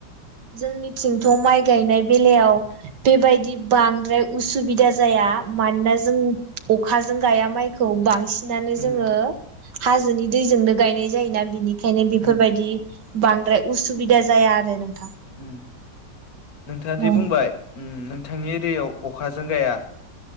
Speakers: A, on the right; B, on the left.
A: जोंनिथिंथ' माइ गायनाय बेलायाव बेबायदि बांद्राय उसुबिदा जाया मानोना जों अखाजों गाया माइखौ बांसिनानो
B: उम
A: जोङो हाजोनि दैजोंनो गायनाय जायोना बिनि खायनो बेफोरबायदि
B: उम
A: बांद्राय उसुबिदा जाया आरो नोंथां।
B: उम नोंथाङा
A: औ
B: जे बुंबाय ओम नोंथांनि एरियायाव अखाजों गाया